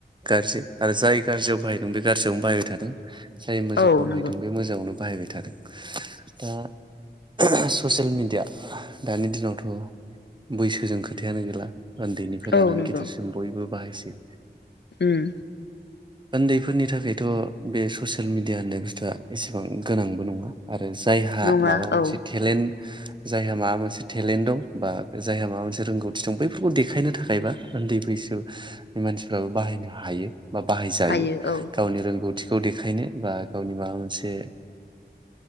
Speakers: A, on the right; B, on the left.
A: गाज्रि आरो जाय गाज्रियाव बाहाय नों बेखौ गाज्रियावनो बाहायबाय थादों जाय मोजाङाव
B: औ
A: बाहायदों
B: नंगौ
A: बे मोजाङावनो बाहायबाय थादों दा <unintelligible> ससियेल मेडिया दानि दिनावथ बैसोजों खोथायानो गैला उन्दैनिफ्राय लानानै
B: औ नंगौ
A: गिदिरसिम बयबो बाहायसै
B: उम
A: ओन्दै बेफोरनि थाखायथ बे ससियेल मिडिया होननाय बुस्थुआ एसेबां गोनांबो नङा आरो जायहा
B: नङा
A: माबा मोनसे
B: औ
A: टेलेन्ट जायहा माबा मोनसे टेलेन्ट दं बा जायहा माबा मोनसे रोंगौथि दं बैफोरखौ देखायनो थाखायबा उन्दै बैसोनि मानसिफ्राबो बाहायनो हायो बा बाहायजायो
B: हायो औ
A: गावनि रोंगौथ थिखौ देखायनो बा गावनि माबा मोनसे